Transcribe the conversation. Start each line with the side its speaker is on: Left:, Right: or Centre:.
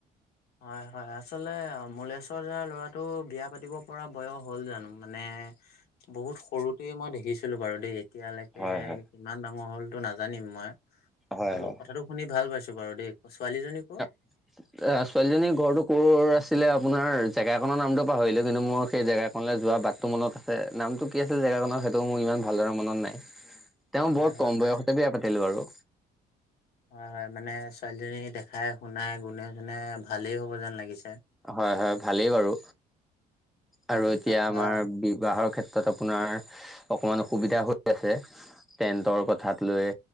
Left: হয়, হয়, আচলতে মুলেশ্বৰ দাৰ ল'ৰাটো বিয়া পাতিব পৰা বয়স হ'ল জানো? মানে বহুত সৰুটোৱে মই দেখিছিলো বাৰু দেই। এতিয়ালৈকে
Centre: হয় হয়
Left: কিমান ডাঙৰ হ'লটো নাজানিম মই মই
Centre: হয়
Left: বোলো
Centre: হয়।
Left: কথাটো শুনি ভাল পাইছো বাৰু দেই, ছোৱালীজনী কৰ?
Centre: <inaudible> অ', ছোৱালীজনীৰ ঘৰটো ক'ৰ আছিলে আপোনাৰ জেগাকনৰ নামতটো পাহৰিলো, কিন্তু মোৰ সেই জেগা কনলে যোৱা বাটটো মনত আছে নামটো কি আছিল জেগাকনৰ সেইটো মোৰ ইমান ভালদৰে মনত নাই।
Left: <inaudible>
Centre: তেওঁ বৰ
Left: হয়
Centre: কম
Left: মে
Centre: বয়সতে বিয়া পাতিলো আৰু।
Left: হয়, হয়, মানে ছোৱালীজনী দেখাই শুনাই গুনে-চুনে ভালেই হ'ব যেন লাগিছে।
Centre: হয়, হয়, ভালেই বাৰু। আৰু এতিয়া
Left: তাৰপৰা
Centre: আমাৰ বিবাহৰ ক্ষেত্ৰত আপোনাৰ, অকমান অসুবিধা হৈ আছে। টেণ্টৰ কথাত লৈ।